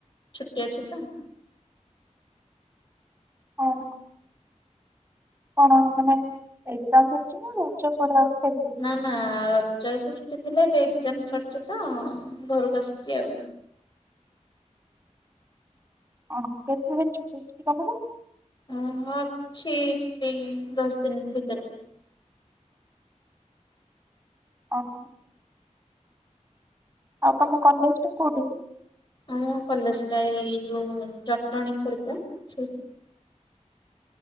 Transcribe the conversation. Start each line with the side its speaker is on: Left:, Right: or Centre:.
Left: ଛୁଟି ଅଛି ତ।
Right: ଓହୋ। କଣ ମାନେ ଏଗଜାମ୍ <unintelligible> ନା ରଜ ପରେ ଆଉ ଖୋଲି
Left: ନା ନା ରଜରେ ତ ଛୁଟି ଥିଲା ଏବେ ଏଗଜାମ୍ ସରଚି ତ ଘରକୁ ଆସଚି ଆଉ।
Right: ଅହଁ କେତେ ଦିନ ଛୁଟି ଅଛି କି ତମର?
Left: ଅଁ ମୁଁ ଅଛି ଛୁଟି ଏଇ ଦଶ ଦିନ ଭିତରେ।
Right: ଆଛା। ଆଉ ତମ କଲେଜଟା କୋଉଠି ଅଚି?
Left: ଉଁ କଲେଜଟା ଏଇ ଯୋଉ ଜଟଣୀ ଖୋର୍ଦ୍ଧା ସେଇଠି।